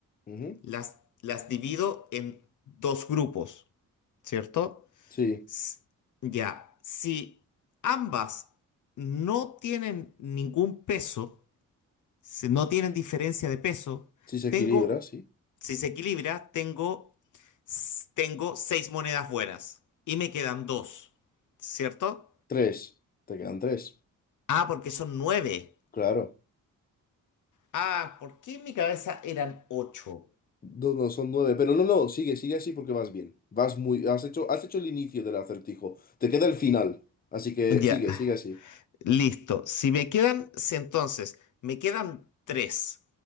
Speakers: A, on the left; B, on the left.
A: Ujú.
B: Las, las divido en dos grupos, ¿cierto?
A: Sí.
B: S- Ya, si ambas no tienen ningún peso, se- no tienen diferencia de peso.
A: Si se
B: Tengo,
A: equilibra, sí.
B: si se equilibra, tengo, s- tengo seis monedas buenas y me quedan dos, ¿cierto?
A: Tres. Te quedan tres.
B: Ah, porque son nueve.
A: Claro.
B: Ah, ¿por qué en mi cabeza eran ocho?
A: No, no, son nueve. Pero no, no, sigue, sigue así porque vas bien. Vas muy. Has hecho, has hecho el inicio del acertijo. Te queda el final. Así que
B: Ya,
A: sigue, sigue así.
B: listo. Si me quedan, si entonces, me quedan tres.